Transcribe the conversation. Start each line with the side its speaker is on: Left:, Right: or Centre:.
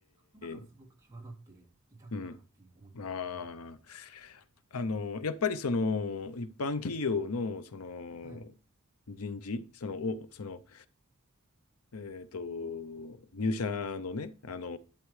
Right: なんかすごく際立っていたかなっていう思うんですね。
Left: え。うん。ああ、あの、やっぱりその、一般企業の、その、
Right: はい。はい。
Left: 人事、その、お、その、えっと、入社のね、あの、